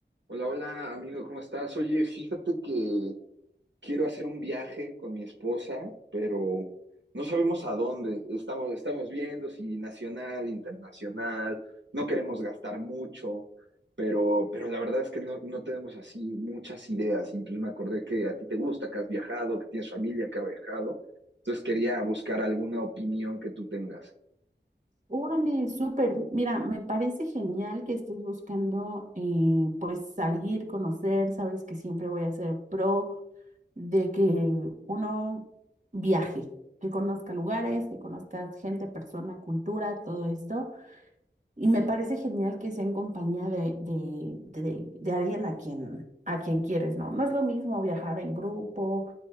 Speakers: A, on the right; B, on the right.
A: Hola, hola, amigo, ¿cómo estás? Oye, fíjate que quiero hacer un viaje con mi esposa, pero no sabemos a dónde. Estamos, estamos viendo si nacional, internacional, no queremos gastar mucho, pero, pero la verdad es que no, no tenemos así muchas ideas. Y pues me acordé que a ti te gusta, que has viajado, que tienes familia que ha viajado. Entonces quería buscar alguna opinión que tú tengas.
B: Órale, súper. Mira, me parece genial que estés buscando eh, pues salir, conocer, sabes que siempre voy a ser pro de que uno viaje, que conozca lugares, que conozca gente, persona, cultura, todo esto. Y me parece genial que sea en compañía de, de, de- de alguien a quien, a quien quieres, ¿no? No es lo mismo viajar en grupo,